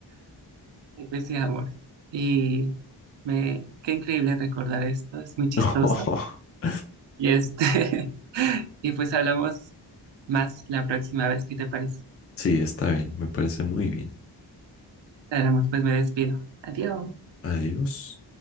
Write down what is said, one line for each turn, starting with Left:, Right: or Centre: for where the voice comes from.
Right: gracias amor. Y me, qué increíble recordar esto, es muy chistoso.
Left: <laughs>
Right: Y este, <laughs> y pues hablamos más la próxima vez, ¿qué te parece?
Left: Sí, está bien, me parece muy bien.
Right: Hablamos, pues me despido. Adiós.
Left: Adiós.